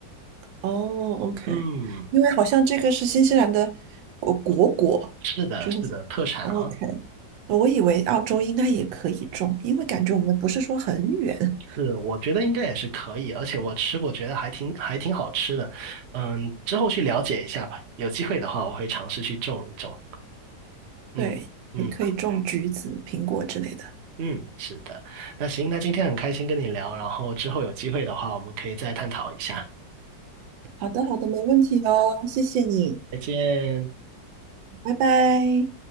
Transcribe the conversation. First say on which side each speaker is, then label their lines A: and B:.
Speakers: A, on the right; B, on the right.
A: 哦，OK，
B: 嗯，
A: 因为好像这个是新西兰的果果果，
B: 是的，
A: 就是
B: 是的，特产啊。
A: OK。我以为澳洲应该也可以种，因为感觉我们不是说很远，
B: 是，我觉得应该也是可以，而且我吃过，觉得还挺还挺好吃的。嗯，之后去了解一下吧，有机会的话，我会尝试去种一种。嗯嗯
A: 对，也可以种橘子、苹果之类的。
B: 嗯，是的。那行，那今天很开心跟你聊，然后之后有机会的话，我们可以再探讨一下。
A: 好的，好的，没问题哦，谢谢你，
B: 再见。
A: 拜拜。